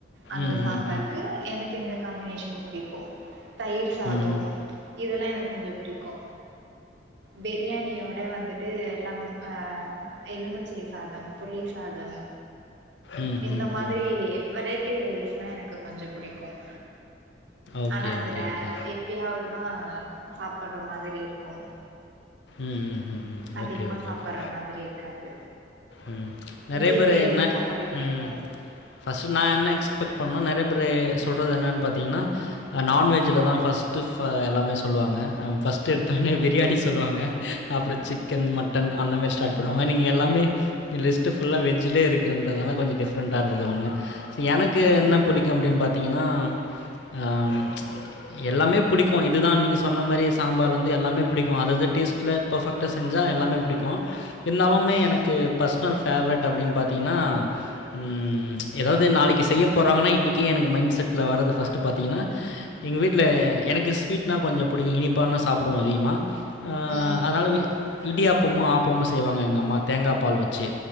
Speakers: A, on the right; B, on the left.
A: அந்த
B: ம்,
A: சாம்பாருக்கு
B: ம், ம்.
A: எனக்கு இந்த காம்பினேஷன் பிடிக்கு தயிர் சாதம்
B: ம், ம்.
A: இதெல்லா எனக்கு கொஞ்ச பிடிக்கு பிரியாணியோட வந்து ட்டு லெம் அ எலுமிச்சை சாதம் புளி சாதம்
B: ம்,
A: இந்த
B: ம்,
A: மாதிரி
B: ம்.
A: வெரைட்டி ரைஸ்னா எனக்கு கொஞ்சம் பிடிக்கும்
B: ஓகே,
A: ஆனா அது
B: ஓகே,
A: ரே
B: ஓகே.
A: எப்பயாதுதா சாப்படற மாதிரி இருக்கும்
B: ம் ம் ம் ம்
A: அதிகமா
B: ஓகே ஓகே
A: சாப்படுற
B: ஓகே
A: மாதிரி இருக்காது.
B: ம் நெறைய
A: உங்களுக்கு
B: பேரு என்ன
A: சாப்பாடு பிடிக்கும்?
B: ம் ஃபஸ்ட் நா என்ன எக்ஸ்பெக்ட் பண்ணா நெ றய பேரு சொல்றது என்னென்னு பாத்திங்கனா நான்வெஜ்ஜுலதா ஃபர்ஸ்ட்டு ஃப எல்லாமே சொல்வாங்க ஃபஸ்ட்டு எடுத்தோனே பிரியாணி சொல்வாங்க அப்ற சிக்கன் மட்டன் அந்த மாரி ஸ்டார்ட் பண்ணுவாங்க நீங்க எல்லாமே லிஸ்ட்டு ஃபுல்லா வெஜ்லயே இருக்குன்றதுனால கொஞ்ச டிஃப்ரெண்டா இருந்தது ஒண்ணு இப்ப எனக்கு என்ன
A: ம்.
B: புடிக்கு அப்டின்னு பாத்திங்கன்னா ஆ எல்லாமே புடிக்கு இதுதான் நீங்க சொன்ன மாரி சாம்பார்ல இருந்து எல்லாமே புடிக்கு அதாது டேஸ்ட்ல பர்ஃபெக்ட்டா செஞ்சா எல்லாமே புடிக்கு இருந்தாலும்மே
A: ம்.
B: எனக்கு பர்ஸனல் ஃபேவரெட் அப்படின்னு பாத்திங்கன்னா ம் எதாவது நாளைக்கு செய்ய போறாங்கன்னா இன்னைக்கே எனக்கு மைண்ட் செட்ல வர்றது ஃபஸ்ட்டு பாத்திங்கனா எங்க வீட்ல எனக்கு ஸ்வீட்னா கொஞ்ச புடிக்கு இனிப்பானா சாப்பு டுவ அதிகமா ஆ
A: ம்,
B: அதனால
A: ம்.
B: இடியாப்பமு ஆப்பமு செய்வாங்க எங்கம்மா தேங்காப்பால் வெச்சு